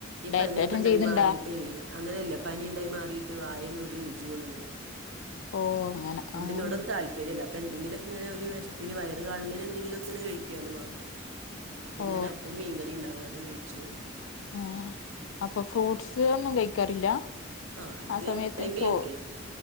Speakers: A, on the right; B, on the left.
A: ഈ
B: ഡയറ്റേറ്റം
A: പനിയൊക്കെണ്ടായി
B: ചെയ്യുന്നുണ്ടാ
A: മാറീട്ടേ അങ്ങനെയല്ല പനിണ്ടായി മാറിയിട്ട് വായൊന്നൊരു രുചി തോന്ന്ണ്ല്ല
B: ഓ അങ്ങനെ
A: ഫുഡിനോടൊന്നും
B: ആഹ്
A: താല്പര്യല്ല പ്പന്തങ്കിലൊക്കെങ്ങനെ ഒരു വെശ്പിന് വയറു കാളണേന് എന്തെങ്കിലൊക്കെങ്ങന കഴിക്കാന്ന് മാത്രം അപ്പൊ
B: ഓ
A: ഞാനപ്പോം മീൻകറീണ്ടാർന്നു അത് കഴിച്ചു
B: ആഹ് അപ്പൊ ഫ്രൂട്ട്സ് ഒന്നും കഴിക്കാറില്ല?
A: ആഹ് അത്
B: ആ സമയത്ത്
A: എപ്പളെങ്കിലൊക്കെ
B: ചോ